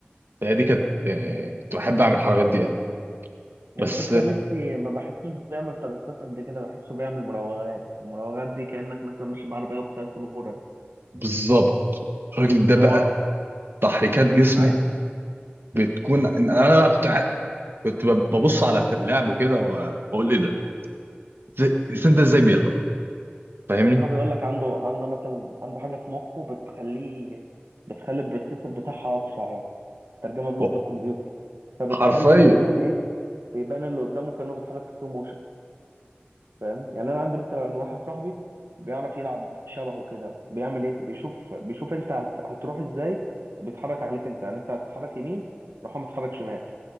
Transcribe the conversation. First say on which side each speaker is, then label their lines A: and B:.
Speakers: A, on the right (about 65°); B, on the right (about 85°).
A: فهي دي كانت آه، كنت بحب اعمل الحركات دي قوي بس
B: الفكره ميسي ما بحسوش بيعمل ترقصات قد كده بحسه بيعمل مراوغات المراوغات دي كانك مثلا ماشي بعربيه وبتاكل غرز
A: بالظبط الراجل ده
B: ده
A: بقى
B: هو
A: تحريكات جسمه
B: عايز
A: بتكون انا بقى كنت قاعد- كنت ببص على لعبه كده واقول ايه ده إزاي- إزاي ده ازاي بيلعب فاهمني
B: هو بيقول لك عنده عنده مثلا عنده حاجه في مخه بتخليه بتخلي البروسيسور بتاعها اسرع يعني ترجمه بلغه
A: هو
B: الكمبيوتر فبتخلي
A: حرفيا
B: مثلا ايه بيبان اللي قدامه كانه بيتحرك سلو موشن. فاهم يعني انا عندي مثلا واحد صاحبي بيعرف يلعب شبهه كده بيعمل ايه بيشوف بيشوف انت هت... هتروح ازاي وبيتحرك عليك انت يعني انت هتتحرك يمين يروح هو متحرك شمال